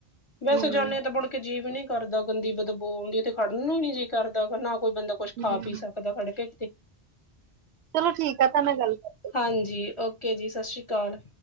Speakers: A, on the left; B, on the right.
A: ਵੈਸੇ
B: ਹਮ
A: ਜਾਂਨੇ ਆ ਤਾਂ ਮੁਣ ਕੇ ਜੀਅ ਵੀ ਨੀ ਕਰਦਾ ਗੰਦੀ ਬਦਬੋ ਹੋਂਦੀ ਏਥੇ ਖੜਨ ਨੂੰ ਨੀ ਜੀ ਕਰਦਾ ਅਗਰ ਨਾ ਕੋਈ ਬੰਦਾ ਕੁਛ ਖਾ-ਪੀ
B: ਹਮ
A: ਸਕਦਾ ਖੜਕੇ ਕਿਤੇ?
B: ਚਲੋ ਠੀਕ ਐ ਪਾਪਾਂ ਨਾਲ ਗੱਲ ਕਰ
A: ਹਾਂਜੀ, ਓਕੇ ਜੀ ਸਤਿ ਸ਼੍ਰੀ ਅਕਾਲ।